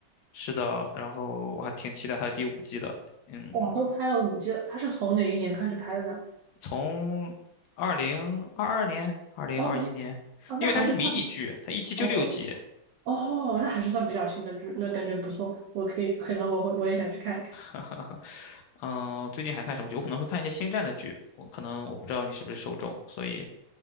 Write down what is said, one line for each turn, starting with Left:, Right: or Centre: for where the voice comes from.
Left: 是的，然后我还挺期待他的第五季的，嗯，
Right: 哇，都拍了五季了，它是从哪一年开始拍的呢？
Left: 从二零二二年、二零二一年，
Right: 哦，啊，
Left: 因为它是迷你剧，
Right: 那还是算，
Left: 它一季就六集。
Right: 哦哦，那还是算比较新的剧，那感觉不错，我可以，可能我会我也想去看一看。
Left: <laughs> 嗯，我最近还看什么剧？我可能会看一些星战的剧，我可能我不知道你是不是受众，所以